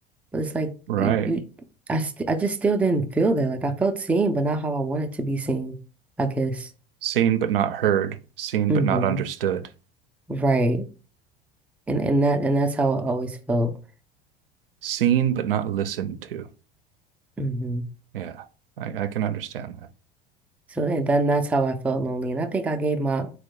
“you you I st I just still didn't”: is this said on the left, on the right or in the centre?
Centre